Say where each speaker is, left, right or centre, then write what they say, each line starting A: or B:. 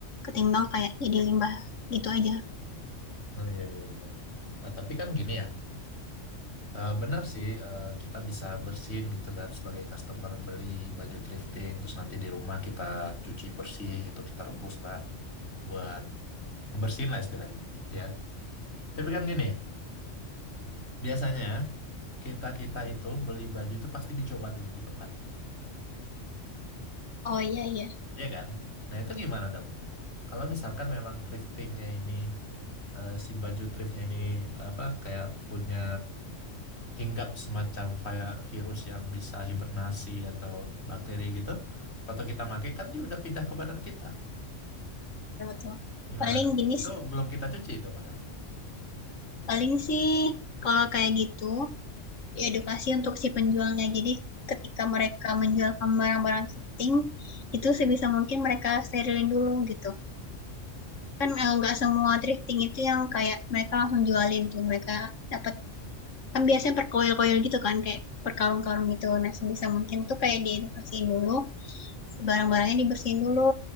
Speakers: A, on the left; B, on the left.
A: ketimbang kayak jadi limbah gitu aja.
B: Oh, iya, iya, iya. Nah, tapi kan gini ya, eh, benar sih eh, kita bisa bersihin gitu kan sebagai customer beli baju thrifting, terus nanti di rumah kita cuci bersih gitu, kita rebus lah buat bersihin lah istilahnya. Ya. Tapi kan gini, biasanya kita-kita itu beli baju itu pasti dicoba dulu di tempat.
A: Oh iya iya,
B: Iya kan? Nah itu gimana dong? Kalau misalkan memang thriftingnya ini eh, si baju thriftnya ini apa kayak punya hinggap semacam vi- virus yang bisa hibernasi atau bakteri gitu, waktu kita pakai kan dia udah pindah ke badan kita.
A: betul. betul.
B: Gimana
A: Paling
B: dong?
A: gini
B: Itu
A: sih,
B: belum kita cuci itu padahal.
A: paling sih kalau kayak gitu. ya, edukasi untuk si penjualnya. Jadi ketika mereka menjualkan barang-barang thrifting, itu sebisa mungkin mereka sterilin dulu gitu. Kan eh, nggak semua thrifting itu yang kayak mereka langsung jualin tuh. Mereka dapat kan biasanya per koil-koil gitu kan kayak per karung-karung gitu. Nah, sebisa mungkin tuh kayak diedukasiin dulu. si Barang-barangnya dibersihin dulu.